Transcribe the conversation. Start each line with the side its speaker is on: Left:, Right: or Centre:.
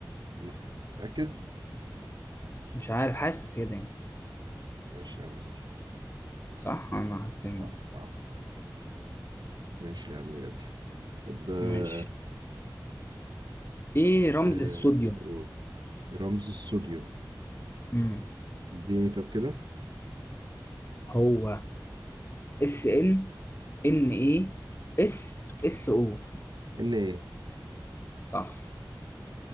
Right: مس... متأكد؟
Left: مش عارف حاسس كده يعني
Right: ماشي يا عم صح
Left: صح أنا حاسس
Right: صح
Left: إن-
Right: آه. ماشي يا عم بجد طب آه...
Left: ماشي إيه رمز
Right: آه...
Left: الصوديوم
Right: قول. رمز الصوديوم
Left: مم.
Right: اديني طب كده
Left: هو اس ان ان اي اس اس او
Right: ان ايه؟
Left: صح